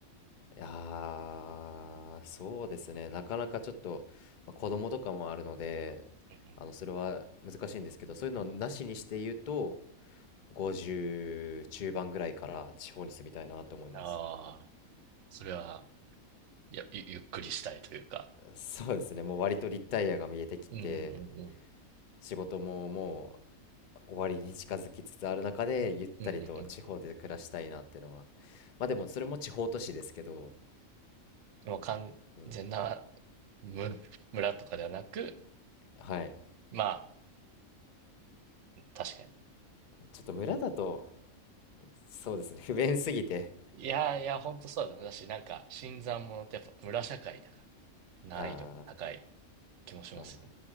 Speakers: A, on the left; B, on the right.
A: いやーそうですね。なかなかちょっと、まあ、子供とかもあるので、
B: うん
A: あの、それは難しいんですけど、そういうのなしにして言うと、50中盤ぐらいから地方に住みたいなと思います。
B: うん。ああ、それは、いや、ゆゆっくりしたいというか。
A: そうですね。もう割とリタイアが見えてきて、
B: うんうんうんうん。
A: 仕事ももう終わりに近づきつつある中で、ゆったりと地方で暮らしたいなってのは。
B: うんうんう
A: まあでも、それも地方都市ですけど、
B: ん。もう完全な
A: うん、
B: む村とかではなく、
A: はい。
B: まあ、確かに。
A: ちょっと村だと、そうですね。不便すぎて、
B: いやいや、ほんとそうだと思う。だし、なんか、新参者ってやっぱ村社会だから、難易度が高い
A: ああ。
B: 気もしますよね。
A: はい